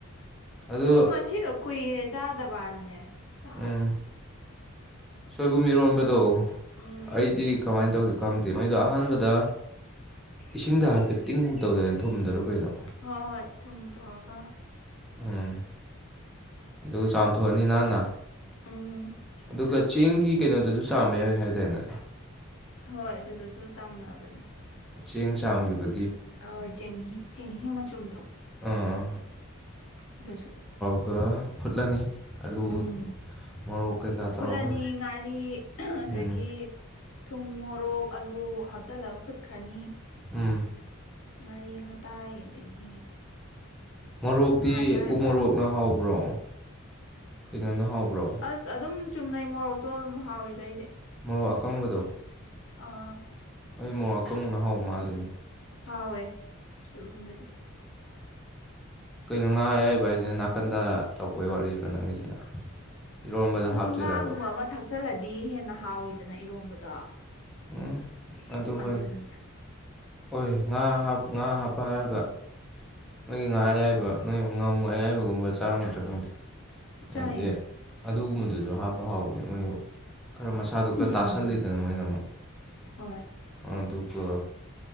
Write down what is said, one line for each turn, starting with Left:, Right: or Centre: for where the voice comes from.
Centre: ꯑꯗꯣ
Left: ꯁꯨꯝ ꯉꯁꯤꯗꯣ ꯀꯨꯏꯔꯦ ꯆꯥꯗꯕꯅꯅꯦ ꯆꯥꯕꯅꯤꯗ
Centre: ꯎꯝ ꯁꯣꯏꯕꯨꯝ ꯏꯔꯣꯟꯕꯗꯣ
Left: ꯎꯝ
Centre: ꯑꯩꯗꯤ ꯀꯃꯥꯏ ꯇꯧꯒꯦ ꯈꯪꯗꯦ ꯃꯩꯗꯣ ꯑꯍꯥꯟꯕꯗ ꯏꯁꯤꯡꯗ ꯍꯥꯏꯐꯦꯠ ꯇꯤꯡꯒꯨꯝ ꯇꯧꯗꯥꯏ ꯊꯨꯝꯗꯔꯣ ꯀꯩꯅꯣ
Left: ꯍꯣꯏ ꯍꯣꯏ ꯊꯨꯝ ꯇꯧꯔꯒ
Centre: ꯎꯝ ꯑꯗꯨꯒ ꯆꯥꯝꯊꯣꯛꯑꯅꯤ ꯅꯥꯟꯅ
Left: ꯎꯝ
Centre: ꯑꯗꯨꯒ ꯆꯦꯡꯒꯤ ꯀꯩꯅꯣꯗꯁꯨ ꯆꯥꯝꯕ ꯌꯥꯏ ꯍꯥꯏꯗꯥꯏꯅꯦ
Left: ꯍꯣꯏ ꯑꯗꯨꯗꯁꯨ ꯆꯥꯝꯅꯕꯅꯦ
Centre: ꯆꯦꯡ ꯆꯥꯝꯈꯤꯕ
Left: ꯑꯥꯎ ꯆꯦꯡꯍꯤ ꯆꯦꯡꯍꯤ ꯃꯆꯨꯝꯗꯣ
Centre: ꯑꯥ
Left: ꯑꯗꯨꯁꯨ
Centre: <unintelligible> ꯐꯨꯠꯂꯅꯤ ꯑꯜꯂꯨ
Left: ꯎꯝ
Centre: ꯃꯣꯔꯣꯛ ꯀꯩꯀꯥ
Left: ꯐꯨꯠꯂꯅꯤ
Centre: ꯇꯧꯔꯒ
Left: ꯉꯥꯔꯤ ꯑꯗꯒꯤ
Centre: ꯎꯝ
Left: ꯊꯨꯝ ꯃꯣꯔꯣꯛ ꯑꯂꯨ ꯍꯥꯞꯆꯜꯂꯒ ꯐꯨꯠꯈ꯭ꯔꯅꯤ
Centre: ꯎꯝ
Left: ꯉꯥꯔꯤ ꯉꯇꯥꯏ ꯑꯗꯒꯤ
Centre: ꯃꯣꯔꯣꯛꯇꯤ
Left: ꯉꯥ ꯑꯌꯥꯏꯕ
Centre: ꯎꯃꯣꯔꯣꯛꯅ ꯍꯥꯎꯕ꯭ꯔꯣ ꯀꯩꯅꯣꯅ ꯍꯥꯎꯕ꯭ꯔꯣ
Left: ꯑꯁ ꯑꯗꯨꯝ ꯆꯨꯝꯅꯩ ꯃꯣꯔꯣꯛꯇꯣ ꯑꯗꯨꯝ ꯍꯥꯎꯏꯗ ꯑꯩꯗꯤ
Centre: ꯃꯔꯣꯛ ꯑꯀꯪꯕꯗꯣ
Left: ꯑꯥ
Centre: ꯑꯩ ꯃꯣꯔꯣꯛ ꯑꯀꯪꯕꯅ ꯍꯥꯎꯕ ꯃꯥꯜꯂꯦꯅꯦ
Left: ꯍꯥꯎꯋꯦ ꯁꯣꯏꯕꯨꯝꯗꯗꯤ
Centre: ꯀꯩꯅꯣ ꯉꯥ ꯑꯌꯥꯏꯕ ꯍꯥꯏꯗꯨꯅ ꯅꯥꯀꯟꯗ ꯇꯧꯕꯩ ꯋꯥꯔꯤꯔꯣ ꯅꯪꯒꯤꯁꯤꯅ ꯏꯔꯣꯟꯕꯗ
Left: ꯁꯨꯝ
Centre: ꯍꯥꯞꯇꯣꯏꯔꯕ
Left: ꯉꯥꯒꯨꯝꯕ ꯑꯃ ꯊꯥꯛꯆꯜꯂꯗꯤ ꯍꯦꯟꯅ ꯍꯥꯎꯋꯤꯗꯅ ꯏꯔꯣꯝꯕꯗꯣ
Centre: ꯎꯪ ꯑꯗꯨ ꯍꯣꯏ
Left: ꯑꯗꯨꯅꯤꯗ
Centre: ꯍꯣꯏ ꯉꯥ ꯍꯥꯞ ꯉꯥ ꯍꯥꯞꯄ ꯍꯥꯏꯔꯒ ꯅꯣꯏꯒꯤ ꯉꯥ ꯑꯌꯥꯏꯕ ꯅꯣꯏ ꯉꯥꯃꯨ ꯑꯌꯥꯏꯕꯒꯨꯝꯕ ꯆꯥꯔꯝꯒꯗ꯭ꯔꯥ ꯈꯪꯗꯦ
Left: ꯆꯥꯏꯌꯦ
Centre: ꯍꯥꯏꯗꯤ ꯑꯗꯨꯒꯨꯝꯕꯗꯨꯁꯨ ꯍꯥꯞꯄ ꯍꯥꯎꯕꯅꯦ ꯃꯣꯏꯕꯨ ꯈꯔ ꯃꯁꯥꯗꯨ ꯈꯔ ꯇꯥꯁꯜꯂꯤꯗꯅ
Left: ꯎꯝ
Centre: ꯃꯣꯏꯅ ꯑꯃꯨꯛ
Left: ꯍꯣꯏ
Centre: ꯑꯗꯨ ꯑꯗꯨꯒ